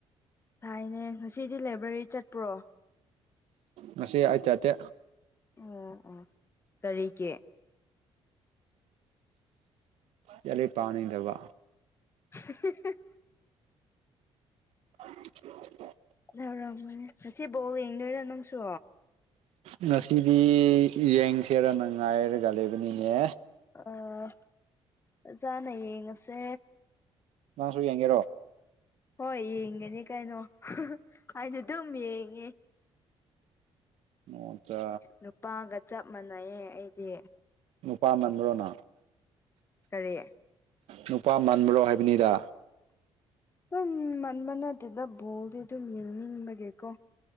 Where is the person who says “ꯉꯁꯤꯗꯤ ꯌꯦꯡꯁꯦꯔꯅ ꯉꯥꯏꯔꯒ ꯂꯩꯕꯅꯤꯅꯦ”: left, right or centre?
Right